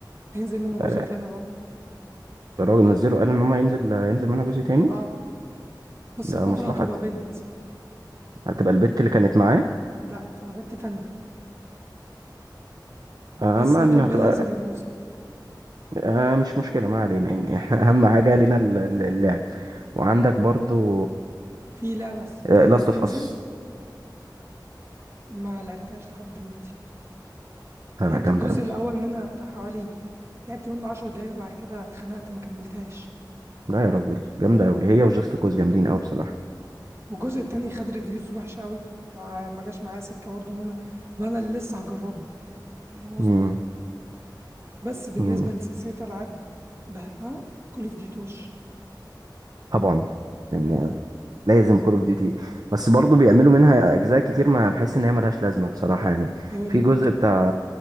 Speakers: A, on the right (about 35°); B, on the right (about 55°).
A: هينزل منها جزء
B: آه،
A: تاني برضه
B: الراجل نزله قال ان هم ينزل ينزل منها جزء تاني
A: اه بس
B: ده
A: البطلة
B: مصلحه
A: هتبقى بنت
B: هتبقى البت اللي كانت معاه
A: لا هتبقى بنت تانية
B: آه،
A: بس
B: ما
A: هتبقى
B: علينا هتبقى
A: ليزبيان اصلا
B: آه، مش مشكله ما علينا يعني <laughs> اهم حاجه
A: <laughs>
B: لينا الل- الل- اللعب وعندك برضو
A: في لعبة
B: لاست
A: جديدة هتنزل
B: اوف اس
A: ما لعبتهاش لحد دلوقتي
B: لا
A: لعبت
B: جامده
A: الجزء
B: قوي
A: الأول منها بتاع حوالي لعبت منه عشر دقايق وبعد كده اتخنقت ما كملتهاش
B: لا يا راجل جامدة أوي هي وجاست كوز جامدين أوي بصراحة
A: والجزء التاني خد ريفيوز وحشة أوي فما جاش معايا سكة برضه إن أنا أبقى أنا اللي لسه هجربه فاهم قصدي؟
B: امم
A: بس بالنسبة
B: امم
A: لسلسلة ألعاب بحبها كول أوف ديوتي وش
B: طبعا يعني لازم كول اوف ديوتي بس برضو بيعملوا منها أجزاء كتير ما بحس إن هي ملهاش لازمة بصراحة يعني
A: أقول
B: في
A: لك
B: جزء بتاع